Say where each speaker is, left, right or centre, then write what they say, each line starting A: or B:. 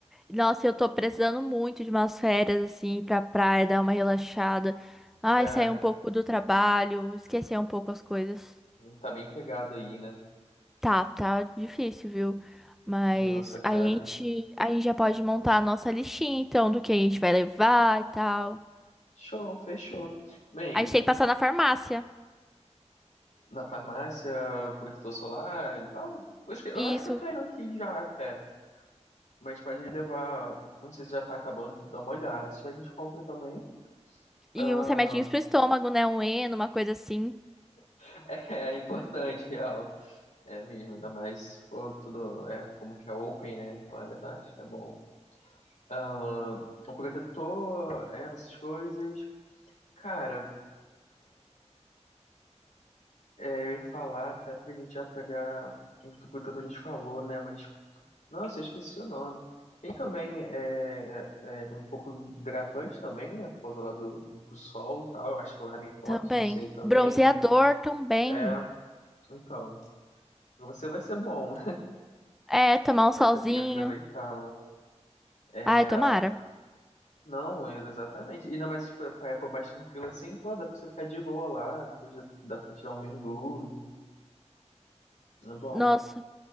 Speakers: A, in the centre; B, on the left.
A: Nossa, eu tô precisando muito de umas férias assim pra praia, dar uma relaxada. Ai,
B: É,
A: sair um pouco do trabalho, esquecer um pouco as coisas.
B: tá bem pegado aí, né?
A: Tá, tá difícil, viu? Mas
B: Nossa, cara.
A: a gente, a gente já pode montar a nossa listinha, então, do que a gente vai levar e tal.
B: Show, fechou. Bem,
A: A gente tem que passar na farmácia.
B: na farmácia, protetor solar e tal. Eu acho que eu
A: Isso,
B: acho que eu tenho aqui já até. Mas pode levar. Não sei se já tá acabando, tem que dar uma olhada. Se tiver, a gente compra também.
A: E
B: Ah,
A: uns remedinhos pro estômago, né? Um Eno, uma coisa assim
B: <laughs> é, é importante, real. É mesmo, ainda mais se for tudo é, como que é open, né? Então é verdade, é bom. ah, um protetor, é, essas coisas. Cara, é, eu ia falar até pra gente já pegar. O protetor a gente falou, né? Mas, nossa, eu esqueci o nome. Tem também é, é, é, um pouco hidratante também, né? Por causa lá do, do sol e tal. Eu acho que lá é meio forte,
A: também.
B: não sei também,
A: Bronzeador
B: né? Então,
A: também.
B: é, então, pra você vai ser bom,
A: É, tomar
B: <laughs>
A: um
B: vai
A: solzinho.
B: conseguir aproveitar, né?
A: Ai, tomara.
B: Não, é, exatamente. E ainda mais tipo, pra época mais tranquila assim, pô, dá pra você ficar de boa lá, depois já dá pra tirar um mergulho. É bom.
A: Nossa,